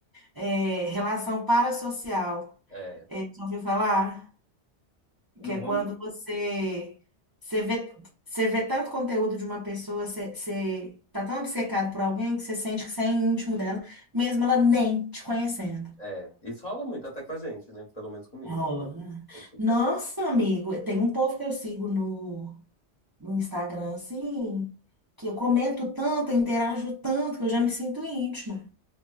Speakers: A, on the right; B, on the left.
A: é, relação parassocial.
B: É,
A: É, já ouviu falar?
B: não
A: que é
B: vou.
A: quando você, você vê, você vê tanto conteúdo de uma pessoa, você, você tá tão obcecado por alguém que você sente que você é íntimo dela, mesmo ela nem te conhecendo.
B: É, isso rola muito até com a gente, né? Pelo menos comigo.
A: Rola.
B: Eu, tipo,
A: Nossa, amigo, tem um povo que eu sigo no, no Instagram, assim, que eu comento tanto, eu interajo tanto, que eu já me sinto íntima.